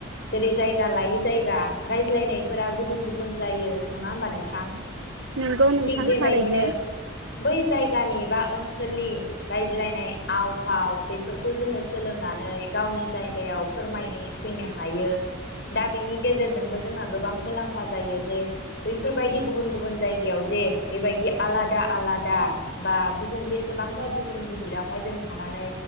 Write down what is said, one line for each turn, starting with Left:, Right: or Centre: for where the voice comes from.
Left: जेरै जायगा लायै जायगा रायज्लायनायफोरा गुबुन गुबुन जायो नङा होनबा नोंथां
Right: नंगौ नोंथां
Left: थिख बेबादिनो
Right: थारैनो
Left: बिदिनो बै जायगानि एबा ओनसोलनि रायज्लायनाय आव फाव बेफोरखौ जोङो सोलोंनानै गावनि जायगायाव फोरमायहै फैनो हायो दा बेनि गेजेरजोंबो जोंहा गोबां मुलाम्फा जायो जे बैफोरबादि गुबुन गुबुन जायगायावजे बेबायदि आलादा आलादा बा बुहुम बेसेबांबा बुहुम गिदिरावहाय जों थानानै